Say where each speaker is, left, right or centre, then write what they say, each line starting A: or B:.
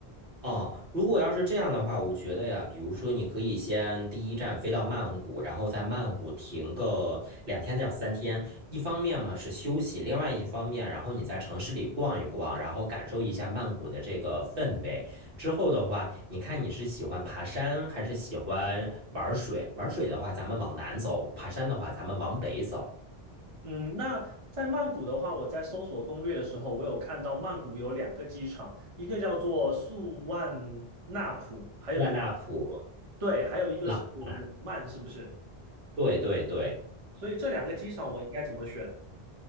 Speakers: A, on the right (about 60°); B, on the right (about 35°).
A: 哦，如果要是这样的话，我觉得呀，比如说你可以先第一站飞到曼谷，然后在曼谷停个两天到三天。一方面嘛是休息，另外一方面，然后你在城市里逛一逛，然后感受一下曼谷的这个氛围。之后的话，你看你是喜欢爬山还是喜欢玩水？玩水的话，咱们往南走；爬山的话，咱们往北走。
B: 嗯，那在曼谷的话，我在搜索攻略的时候，我有看到曼谷有两个机场，一个叫做素万那普，还有一个，
A: 万纳普、
B: 对，还有一个是廊曼，
A: 老挝，
B: 是不是？
A: 对对对。
B: 所以这两个机场我应该怎么选？